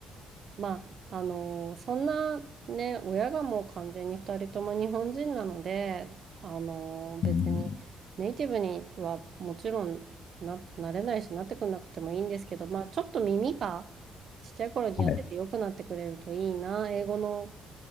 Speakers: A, on the right; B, on the left.
A: まあ、あのそんなね、親がもう完全に2人とも日本人なので、あの別にネイティブにはもちろんな、
B: うん、
A: なれないし、なってくなくてもいいんですけど、まあ、ちょっと耳がちっちゃい頃にやってて良くなってくれるといいな、
B: はい。
A: 英語の